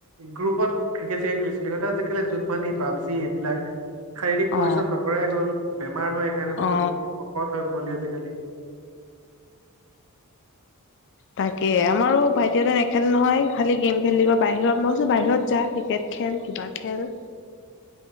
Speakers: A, on the right (about 80°); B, on the left (about 55°).
A: গ্ৰুপত ক্ৰিকেট হে খেলিছিলো সিহঁতে আজিকালি জুত মানি পাব- যি এইবিলাক। শাৰীৰিক পৰিশ্ৰম
B: অ
A: নকৰাই হল বেমাৰ হয় সেইকাৰণে পুতুকে
B: অ
A: শকত হয় পোৱালি আজিকালি।
B: তাকে আমাৰো ভাইটি এটাই নেখেলে নহয় খালি গেম খেলিব বাহিৰত মই কৈছো বাহিৰত যাক ক্ৰিকেট খেল কিবা খেল
A: <inaudible>